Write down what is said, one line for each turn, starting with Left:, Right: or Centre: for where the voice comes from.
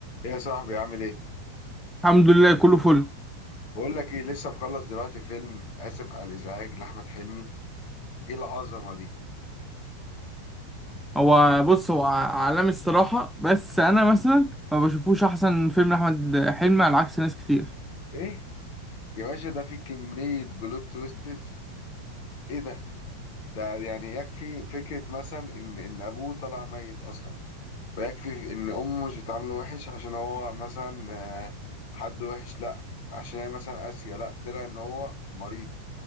Left: إيه يا صاحبي عامل ايه
Centre: الحمد لله كله فل
Left: بقول لك ايه لسه مخلص دلوقتي فيلم اسف على الازعاج لاحمد حلمي ايه العظمه دي
Centre: هو
Left: ايه
Centre: بص هو عالمي الصراحة بس أنا مثلا ما بشوفوش أحسن فيلم لأحمد حلمي على عكس ناس كتير
Left: إيه؟ يا باشا ده فيه كميه بلوت تويستز ايه ده ده يعني يكفي فكره مثلا ان ان ابوه طلع ميت اصلا ويكفي ان امه مش بتعامله وحش عشان هو مثلا آه، حد وحش لا عشان هي مثلا قاسيه لا طلع ان هو مريض